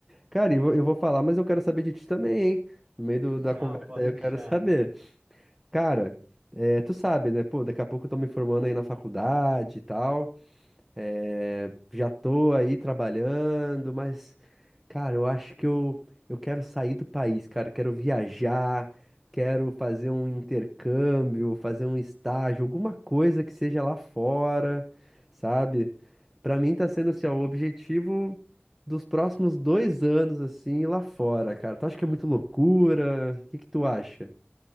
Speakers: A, in the centre; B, on the right.
A: Cara, eu vou, eu vou falar, mas eu quero saber de ti também, hein? No meio do- da
B: Não,
A: conversa
B: <laughs> pode
A: aí eu
B: deixar.
A: quero <laughs> saber. Cara, é, tu sabe, né? Pô, daqui a pouco eu tô me formando aí na faculdade e tal. É, já tô aí trabalhando, mas, cara, eu acho que eu, eu quero sair do país, cara. Eu quero viajar, quero fazer um intercâmbio, fazer um estágio, alguma coisa que seja lá fora, sabe? Pra mim tá sendo assim, ó, o objetivo dos próximos dois anos, assim, lá fora, cara. Tu acha que é muito loucura? O que que tu acha?